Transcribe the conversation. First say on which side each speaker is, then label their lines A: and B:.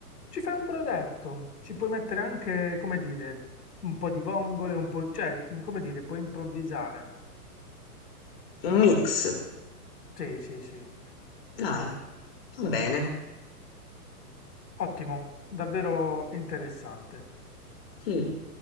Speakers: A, on the left (about 80°); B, on the left (about 35°).
A: Ci fai un brodetto, ci puoi mettere anche, come dire, un po' di vongole, un po', cioè, come dire, puoi improvvisare.
B: Un mix.
A: Sì, sì, sì.
B: Dai, va bene.
A: Ottimo, davvero interessante.
B: Mm.